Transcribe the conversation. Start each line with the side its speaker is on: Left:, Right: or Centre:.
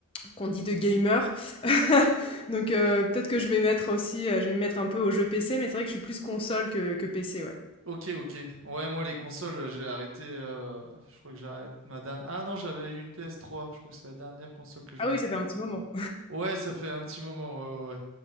Left: qu'on dit de gamer. <laughs> Donc heu, peut-être que je vais mettre aussi, heu, je vais m'y mettre un peu aux jeux PC, mais c'est vrai que je suis plus console que que PC, ouais.
Right: Ok, ok. Ouais, moi, les consoles, euh, j'ai arrêté. euh, Je crois que j'arrête ma dernière. Ah non, j'avais eu une PS3. Je crois que c'est la dernière console que j'ai
Left: Ah
Right: eue.
Left: oui, ça fait un petit moment.
Right: Ouais, ça fait un petit moment. Ouais, ouais, ouais.